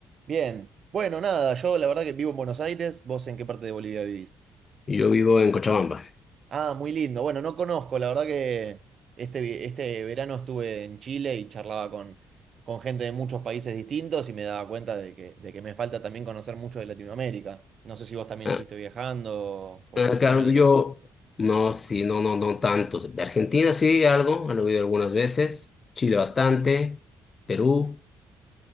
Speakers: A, on the right (about 55°); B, on the left (about 35°).
A: Bien. Bueno, nada, yo la verdad que vivo en Buenos Aires. ¿Vos en qué parte de Bolivia vivís?
B: Yo vivo en Cochabamba.
A: Ah, muy lindo. Bueno, no conozco, la verdad que este, vi- este verano estuve en Chile y charlaba con, con gente de muchos países distintos y me daba cuenta de que, de que me falta también conocer mucho de Latinoamérica. No sé si vos también
B: Ah,
A: estuviste viajando por
B: Acá
A: Latinoamérica.
B: donde yo, no, sí, no, no, no tanto. De Argentina sí, algo, han oído algunas veces. Chile bastante. Perú,